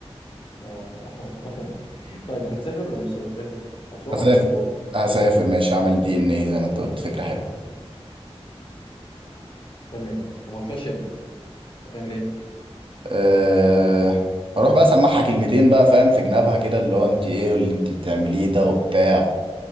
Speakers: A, on the left (about 50°); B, on the right (about 55°).
A: اه <laughs> طيب هتسافر ولا مش هتسافر؟ هتروح
B: هسافر
A: ولا مش هتروح؟
B: هسافر ماشي اعمل دي ان اي زي ما انت قلت فكره حلوه
A: تمام وما طلعش ابنك هتعمل ايه؟
B: أه... هروح بقى اسمعها كلمتين بقى فاهم في جنابها كده اللي هو انت ايه واللي انت بتعمليه ده وبتاع